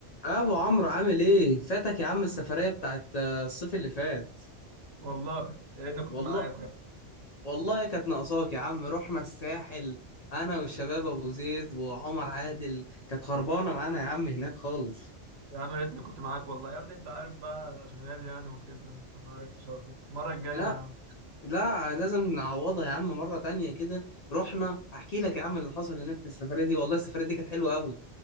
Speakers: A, on the left; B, on the right.
A: ابو عمرو عامل ايه فاتك يا عم السفريه بتاعت آه، الصيف اللي فات
B: والله يا ريتني كنت
A: والله
B: معاك يا
A: والله كانت ناقصاك يا عم رحنا الساحل انا والشباب
B: عم،
A: ابو زيد وعمر عادل كانت خربانه معانا يا عم هناك خالص
B: يا عم يا ريتني كنت معاك والله يا ابني انت عارف بقى انا شغال يعني وكده فما عرفتش اطلع المره الجايه
A: لا
B: يا عم
A: لا لازم نعوضها يا عم مره تانية كده رحنا احكي لك يا عم اللي حصل هناك في السفريه دي والله السفريه دي كانت حلوه قوي